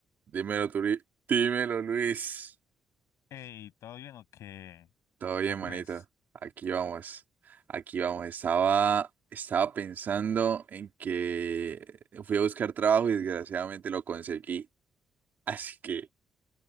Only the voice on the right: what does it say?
Dímelo, Turi. Dímelo, Luis.
Todo bien,
manita. Aquí vamos. Aquí vamos. Estaba, estaba pensando en que fui a buscar trabajo y desgraciadamente lo conseguí. <laughs> Así que,